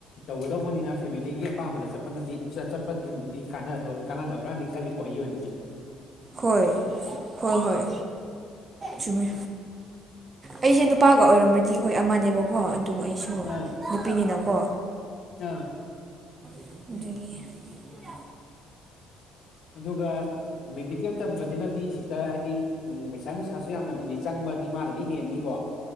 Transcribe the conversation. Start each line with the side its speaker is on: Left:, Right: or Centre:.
Left: ꯇꯧꯒꯗꯧꯕꯅꯤꯅ ꯐꯦꯃꯤꯂꯤꯒꯤ ꯑꯄꯥꯝꯕꯗ ꯆꯠꯄꯅꯗꯤ ꯏꯁ ꯆꯠ ꯆꯠꯄꯅꯤꯅ ꯃꯤꯒꯤ ꯀꯥꯟꯅꯗꯣ ꯀꯥꯟꯅꯗꯕ꯭ꯔꯥꯅꯗꯤ ꯈꯜꯂꯤꯀꯣ ꯑꯩꯒꯤ ꯑꯣꯏꯅꯗꯤ
Right: ꯍꯣꯏ ꯍꯣꯏ ꯍꯣꯏ ꯆꯨꯝꯃꯦ ꯑꯩꯁꯦ ꯅꯨꯄꯥꯒ ꯑꯣꯏꯔꯝꯃꯗꯤ ꯍꯣꯏ ꯑꯃꯅꯦꯕꯀꯣ ꯑꯗ ꯑꯩꯁꯨ
Left: ꯑꯥ
Right: ꯅꯨꯄꯤꯅꯤꯅꯀꯣ
Left: ꯑꯥ
Right: ꯑꯗꯨꯗꯒꯤ
Left: ꯑꯗꯨꯒ ꯃꯦꯗꯤꯀꯦꯜ ꯇꯝꯕꯁꯤꯅꯗꯤ ꯁꯤꯁꯇꯔ ꯍꯥꯏꯗꯤ ꯄꯩꯁꯥ ꯅꯨꯡꯁꯥꯁꯨ ꯌꯥꯝꯅꯕꯨꯗꯤ ꯆꯪ ꯕꯗꯤ ꯃꯥꯅꯗꯤ ꯍꯦꯟꯅꯤꯀꯣ